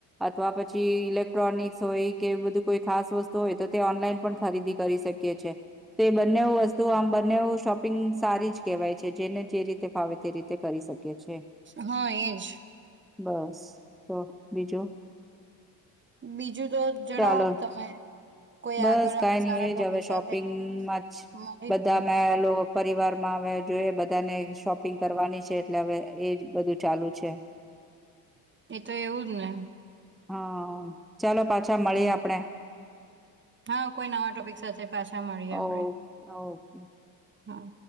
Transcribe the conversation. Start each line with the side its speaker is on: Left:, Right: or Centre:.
Centre: અથવા પછી ઈલે ક્ટ્રોનિક્સ હોય કે બધું કોઈ ખાસ વસ્તુ હોય તો તે ઓનલાઈન પણ ખરીદી કરી શકીએ છે. તે બંને વસ્તુ આમ બંનેવ શોપિંગ સારી જ કહેવાય છે જેને જે રીતે ફાવે તે રીતે કરી શ કે છે.
Right: હા એજ
Centre: બસ તો બીજું
Right: બીજું તો જણાવો
Centre: ચાલો
Right: તમે? કોઈ
Centre: બસ
Right: આગળ
Centre: કઈ
Right: આપણે
Centre: નહી
Right: સારા
Centre: એજ
Right: ટોપિક
Centre: હવે શોપિંગમાં
Right: સાથે
Centre: જ
Right: મળે
Centre: બધા
Right: તો
Centre: મે લોકો પરિવાર માં આવે જોઈએ બધાને શો પિંગ કરવાની છે એટલે હવે એજ બધું ચાલુ છે.
Right: એ તો એવું જ ને.
Centre: હા ચાલો પાછા મળીએ
Right: હમ.
Centre: આપડે.
Right: હા કોઈ નવા ટોપિક સાથે પાછા મળીએ આપણેે
Centre: ઓ ઓકે
Right: હા.